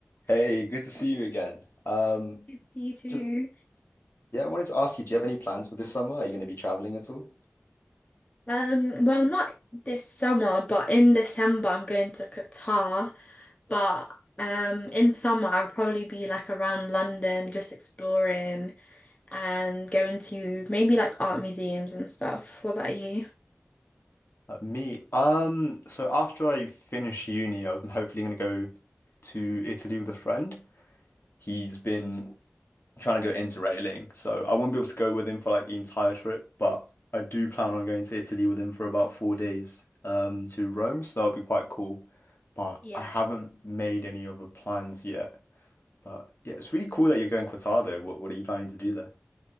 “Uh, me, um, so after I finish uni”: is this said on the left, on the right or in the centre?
Left